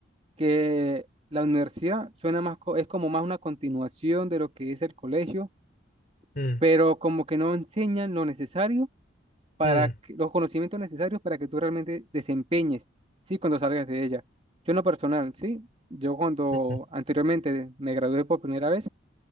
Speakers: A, on the right (about 30°); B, on the left (about 45°).
A: que la universidad suena más, co- es como más una continuación de lo que es el colegio
B: Mm,
A: pero como que no enseñan lo necesario para
B: mm,
A: que- los conocimientos necesarios para que tú realmente desempeñes, ¿sí? Cuando salgas de ella. Yo en lo personal, ¿sí? Yo cuando
B: mm,
A: anteriormente me gradué por primera vez,